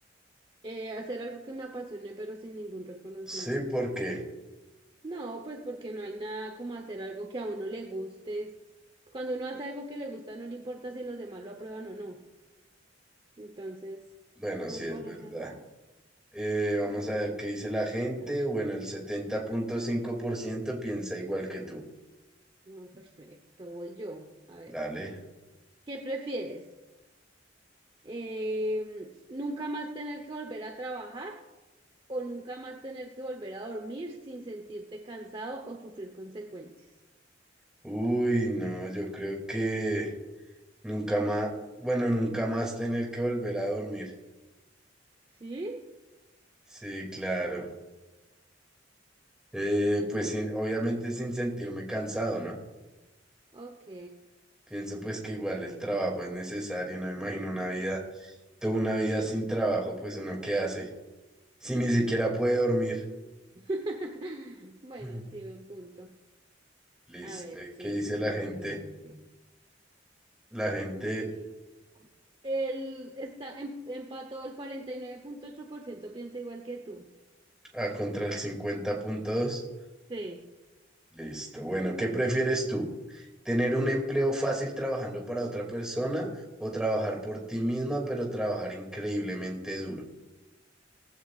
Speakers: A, on the right; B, in the centre.
A: Eh, hacer algo que me apasione pero sin ningún reconocimiento.
B: Sí, porque,
A: No, pues porque no hay nada como hacer algo que a uno le guste. Es- Cuando uno hace algo que le gusta, no le importa si los demás lo aprueban o no. Entonces,
B: bueno,
A: voy
B: sí es
A: por
B: verdad.
A: ese lado.
B: Eh, vamos a ver qué dice la gente.
A: A ver,
B: Bueno, el setenta punto cinco por ciento piensa igual que tú.
A: mm, perfecto, voy yo. A ver,
B: Dale.
A: ¿qué prefieres? Em, ¿nunca más tener que volver a trabajar o nunca más tener que volver a dormir sin sentirte cansado o sufrir consecuencias?
B: Uy, no, yo creo que nunca más, bueno, nunca más tener que volver a dormir.
A: ¿Sí?
B: Sí, claro. Eh, pues sin- obviamente sin sentirme cansado, ¿no?
A: Ok.
B: Pienso pues que igual el trabajo es necesario, no me imagino una vida, toda una vida sin trabajo, pues uno qué hace, si ni siquiera puede dormir.
A: <laughs> Bueno,
B: <laughs>
A: sí, buen punto.
B: Listo.
A: A ver, ¿qué
B: ¿Qué dice
A: dice
B: la gente?
A: la gente?
B: La gente
A: Y El, está em- empató el cuarenta y nueve punto ocho por ciento piensa igual que tú.
B: a contra el 50.2.
A: Sí.
B: Listo. Bueno, ¿qué prefieres tú? ¿Tener un empleo fácil trabajando para otra persona o trabajar por ti misma, pero trabajar increíblemente duro?